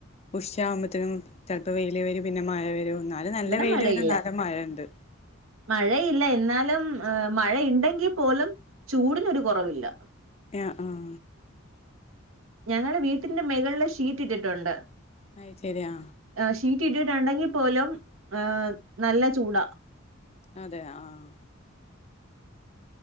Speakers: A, on the left; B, on the right.
A: ഉശയാവുമ്പത്തിനും ചെലപ്പ വെയില് വരും പിന്നെ മയ വരും എന്നാലും നല്ല
B: ഇവിടെ
A: വെയില്
B: മഴയില്ല
A: വരും നല്ല മയ ഇണ്ട്
B: മഴയില്ല എന്നാലും അ മഴയിണ്ടെങ്കി പോലും ചൂടിനൊരു കൊറവില്ല
A: യാ ആഹ്
B: ഞങ്ങള് വീട്ടിന്റെ മെകളില് ഷീറ്റിട്ടിട്ടുണ്ട്
A: അയ് ശരിയാ
B: ആഹ് ഷീറ്റിട്ടിട്ടുണ്ടെങ്കി പോലും അ് നല്ല ചൂടാ
A: അതെ ആഹ്